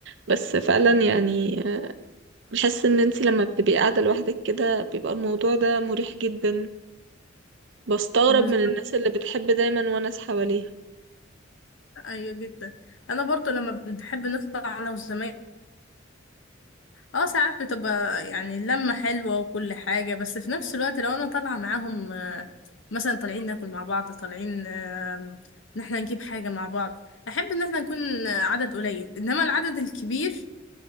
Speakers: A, on the right; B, on the left.
A: بس فعلا يعني آه، بحس ان انتي لما بتبقي قاعده لوحدك كده بيبقى الموضوع ده مريح جدا بستغرب
B: بالظبط
A: من الناس اللي بتحب دايما وناس حواليها
B: ايوه جدا انا برضو لما بنحب نطلع انا وزمايلي اه ساعات بتبقى يعني اللمة حلوة وكل حاجة بس في نفس الوقت لو انا طالعة معاهم آه، مثلا طالعين ناكل مع بعض طالعين آم، ان احنا نجيب حاجة مع بعض احب ان احنا نكون آه، عدد قليل انما العدد الكبير